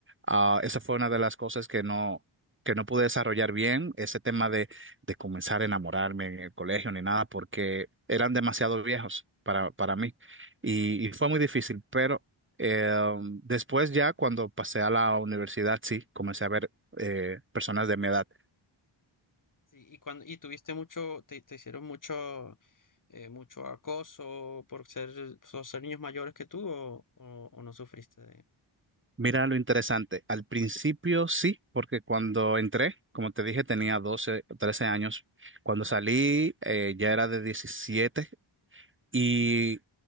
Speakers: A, on the right; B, on the left.
A: ah, esa fue una de las cosas que no, que no pude desarrollar bien, ese tema de, de comenzar a enamorarme en el colegio ni nada, porque eran demasiado viejos para, para mí. Y, y fue muy difícil, pero eh, después ya cuando pasé a la universidad, sí, comencé a ver eh, personas de mi edad.
B: Sí, y cuando, y tuviste mucho, te, te hicieron mucho, eh, mucho acoso por ser, por ser niños mayores que tú o, o, o no sufriste de...
A: Mira lo interesante. Al principio sí, porque cuando entré, como te dije, tenía 12, o 13 años. Cuando salí, eh, ya era de 17 y